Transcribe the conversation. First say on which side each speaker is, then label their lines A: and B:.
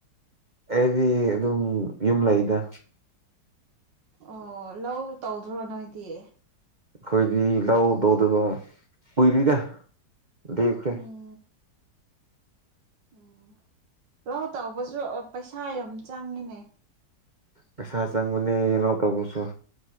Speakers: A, on the right; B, on the right.
A: ꯑꯩꯗꯤ ꯑꯗꯨꯝ ꯌꯨꯝ ꯂꯩꯗ
B: ꯑꯣ ꯂꯧ ꯇꯧꯗ꯭ꯔꯣ ꯅꯣꯏꯗꯤ
A: ꯈꯣꯏꯗꯤ ꯂꯑꯣ ꯗꯨꯗ ꯋꯥ ꯎꯏꯂꯤꯗ ꯗꯞꯈꯦ
B: ꯎꯝ ꯎꯝ ꯂꯥꯎ ꯇꯥꯎꯕꯁꯨ ꯄꯩꯁꯥ ꯌꯥꯝ ꯆꯪꯉꯤꯅꯦ
A: ꯄꯩꯁꯥ ꯆꯪꯕꯅꯤꯩꯅꯣ ꯇꯧꯧꯕꯁꯨ